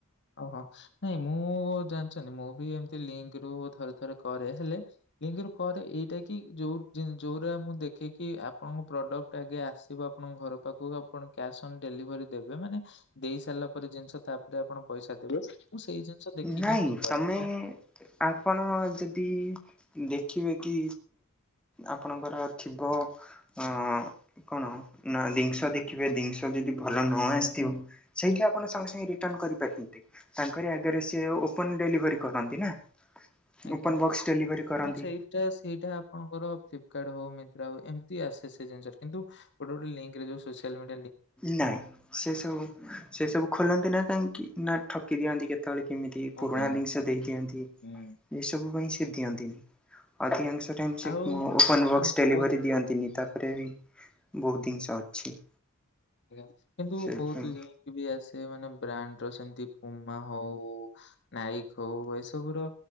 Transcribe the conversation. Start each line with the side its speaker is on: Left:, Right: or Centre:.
Left: ଓହୋ ନାଇଁ ମୁଁ ଜାଣିଛନ୍ତି ମୁଁ ବି ଏମତି ଲିଙ୍କ ରୁ ଥରେ ଥରେ କରେ ହେଲେ ଲିଙ୍କ କରେ ଏଇଟା କି ଯୋଉ ଯୋଉଟା ମୁଁ ଦେଖିକି ଆପଣଙ୍କ ପ୍ରଡକ୍ଟ ଆଗେ ଆସିବ ଆଫଣଙ୍କ ଘର ପାଖକୁ ଆପଣ କ୍ୟାସ ଅନ୍ ଡେଲିଭରୀ ଦେବେ ମାନେ ଦେଇ ସାରିଲା ପରେ ଜିଷସ ତାପରେ ପଇସା ଦେବେ। ମୁଁ ସେଇ ଜିନିଷ ଦେଖିକି
Centre: ନାଇଁ
Left: ହିଁ କରେ।
Centre: ତମେ
Left: ଆଉ
Centre: ଆପଣ ଯଦି ଦେଖିବେ କି? ଆପଣଙ୍କର ଥିବ ଅ କଣ ନା ଦିନଷ ଦେଖିବେ ଦିନିଷ ଯଦି ଭଲ ନୁହଁ ଆସିଥିବ, ସେଇଠି ଆପଣ ସଙ୍ଗେ ସଙ୍ଗେ ରିଟର୍ନ କରିପାରୁଛନ୍ତି। ତାଙ୍କରି ଆଗରେ ସିଏ ଓପନ ଡେଲିଭରି କରନ୍ତି ନା
Left: ଆଜ୍ଞା
Centre: ଓପନ ବକ୍ସ ଡେଲିଭରି କରନ୍ତି।
Left: ସେଇଟା ସେଇଟା ଆପଣଙ୍କର ଥିବ ଫ୍ଲିପକାର୍ଟ ହଉ ମିନ୍ତ୍ରା ହଉ ଏମତି ଆସେ ସେ ଜିନିଷରେ କିନ୍ତୁ ଗୋଟେ ଗୋଟେ ଲିଙ୍କରେ ଯୋଉ ସୋସିଆଲ ମିଡ଼ିଆରେ।
Centre: ନାଇଁ ସେ ସବୁ ସେ ସବୁ ଖୋଲନ୍ତି ନା କାହିଁକି ନା ଠକି ଦିଅନ୍ତି କେତେ? କେତେବେଳେ କେମିତି ପୁରୁଣା
Left: ଆଜ୍ଞା।
Centre: ଜିନିଷ ଦେଇ ଦିଅନ୍ତି।
Left: ହୁଁ।
Centre: ଏଇ ସବୁ ପାଇଁ ସେ ଦିଅନ୍ତି। ଅଧିକାଂଶ ଟାଇମ୍ ସେ
Left: ଆଉ
Centre: ଓପନ୍ ବକ୍ସ
Left: ଆଉ ବହୁତ
Centre: ଡେଲିଭରି ଦିଅନ୍ତିନି ତ ରେ ବି ବହୁତ ଜିନିଷ ଅଛି।
Left: ଆଜ୍ଞା କିନ୍ତୁ
Centre: ସେଇଥିପାଇଁ।
Left: ବହୁତ ଲିଙ୍କ ବି ଆସେ ମାନେ ବ୍ରାଣ୍ଡ ର ସେମତି ପୁମା ହଉ ନାଇକ ହଉ ଏସବୁ ର